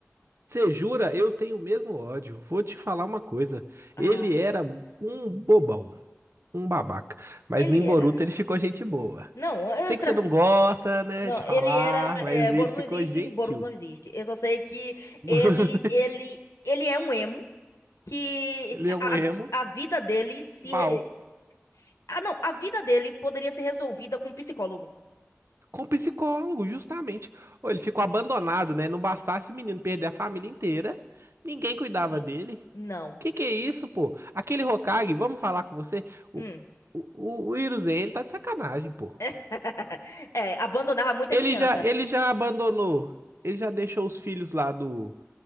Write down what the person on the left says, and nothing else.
Ah,
ele
era.
Não, <laughs>
Não,
ele era.
É, Boruto
não existe,
Boruto não existe. Eu só sei que
ele, ele, ele é um emo que
a,
a vida dele se,
re- se- Ah, não, a vida dele poderia ser resolvida com um psicólogo.
Sim.
Não.
Hum.
<laughs> É, abandonava muita
criança.